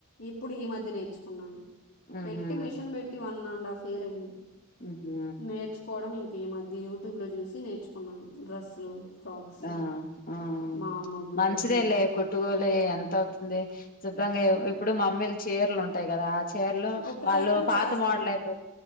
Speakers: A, on the left; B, on the left.
A: ఇప్పుడు ఈ మధ్య నేర్చుకున్నాను
B: ఉహు
A: పెట్టి మిషన్ పెట్టి వన్ అండ్ హాఫ్ ఇయర్ అయింది
B: ఉహు
A: నేర్చుకోవడం ఈ మధ్య యూట్యూబ్ లో చూసి నేర్చుకున్నాను డ్రెస్సులు ఫ్రాక్స్
B: ఆ ఆ
A: మా అమ్మ బ్లౌజు
B: మంచిదేలే కుట్టు కుట్టుకూలి ఎంత అవుతుంది శుభ్రంగా ఇప్పుడు మమ్మీలు చీరలు ఉంటాయి కదా చీరలు
A: ఒక
B: వాళ్ళు
A: సెకండ్
B: పాత
A: చేస్తాను
B: మోడల్ అయిపోతు